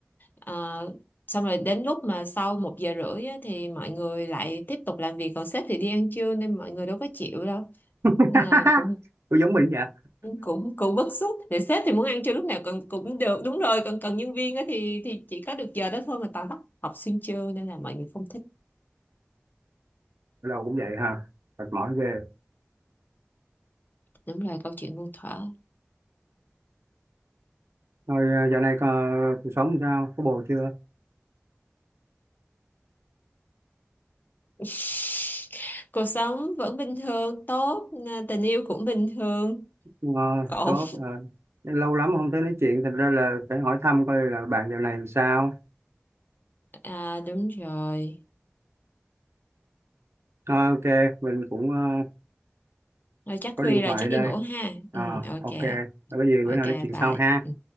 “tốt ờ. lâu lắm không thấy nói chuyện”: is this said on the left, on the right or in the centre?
Right